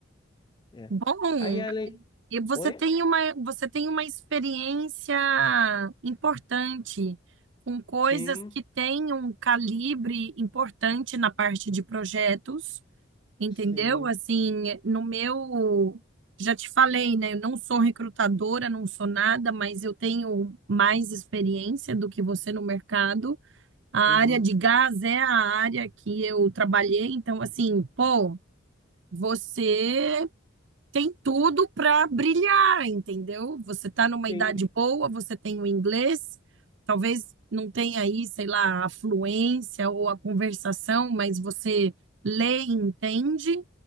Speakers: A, on the left; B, on the right.
A: É.
B: Bom,
A: Aí a lei...
B: E você
A: Oi?
B: tem uma, você tem uma experiência importante com coisas
A: Sim,
B: que têm um calibre importante na parte de projetos, entendeu?
A: sim.
B: Assim, no meu, já te falei, né? Eu não sou recrutadora, não sou nada, mas eu tenho mais experiência do que você no mercado. A
A: Uhum,
B: área de gás é a área que eu trabalhei, então, assim, pô, você tem tudo para brilhar, entendeu? Você está numa
A: sim,
B: idade boa, você tem o inglês, talvez não tenha aí, sei lá, a fluência ou a conversação, mas você lê e entende,